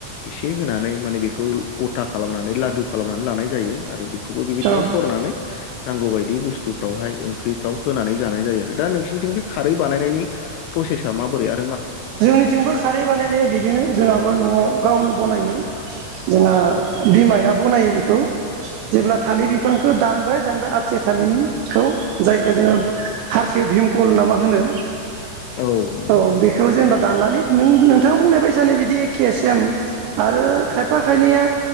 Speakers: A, on the left; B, on the right.
A: इसे होनानै माने बेखौ ग'था खालामनानै लादु खालामनानै लानाय जायो आरो बे खौबो बेबायदिनो
B: औ
A: सरनानै नांगौ बायदि बुस्थुफ्रावहाय ओंख्रिफ्राव होनानै जानाय जायो आरो दा नोंसिनिथिं बे खारै बानायनायनि प्रसेसा माबोरै आ
B: जोंनिथिंबो खारै बानायनाया बिदिनो जोंहाबो न'आव गावनो बनायो। जोंना बिमाया बनायो बेखौ। जेब्ला थालिर
A: औ
B: बिफांखौ
A: नंगौ
B: दानबाय दानबाय आथि सालिनिखौ जायखो जोङो हारसिया भिमकल ना मा होनो!
A: औ नंगौ
B: औ बे जेनेबा दाननानै नोंथाङा बुंनाय बायसानो बिदि एखे सेम आरो खायफा खायनैया